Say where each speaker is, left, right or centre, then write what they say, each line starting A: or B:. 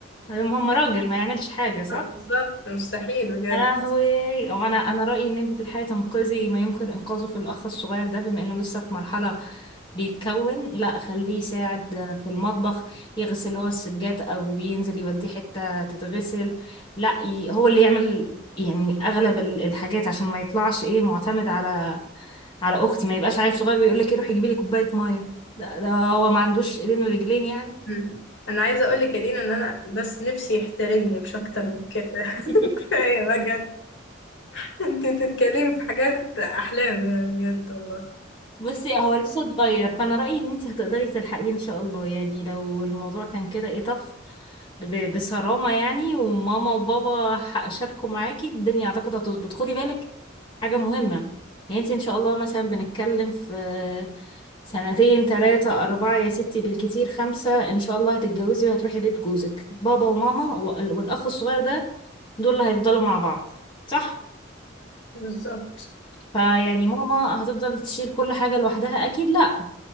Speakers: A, on the left; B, on the left.
A: هم راجل ما يعملش حاجة
B: آه، بالظبط مستحيل بجد
A: يا لهوي هو انا انا رايي ان انت تلحقي تنقذي ما يمكن انقاذه في الاخ الصغير ده بما انه لسه في مرحله بيتكون لا خليه يساعد في المطبخ يغسل هو السجاد او ينزل يوديه حته تتغسل لا ي... هو اللي يعمل يعني اغلب ال- الحاجات عشان ما يطلعش ايه معتمد على على اختي ما يبقاش عيل صغير بيقول لك ايه روحي جيبي لي كوبايه ميه ده, ده هو ما عندوش ايدين ورجلين يعني
B: مم. انا عايزه اقول لك يا دينا ان انا بس نفسي يحترمني مش اكتر من كده <laughs>
A: <laughs>
B: كفايه بجد انت تتكلمي في حاجات احلام يعني بجد والله
A: بصي هو لسه صغير فانا رايي ان انت هتقدري تلحقيه ان شاء الله يعني لو الموضوع كان كده ايه طف ب- بصرامه يعني وماما وبابا ح- شاركوا معاكي الدنيا اعتقد هتظبط خدي بالك حاجه مهمه يعني انت ان شاء الله مثلا بنتكلم في سنتين ثلاثة أربعة يا ستي بالكتير خمسة إن شاء الله هتتجوزي وهتروحي بيت جوزك بابا وماما وال- والأخ الصغير ده دول اللي هيفضلوا مع بعض صح؟
B: بالظبط
A: فيعني ماما هتفضل تشيل كل حاجة لوحدها أكيد لأ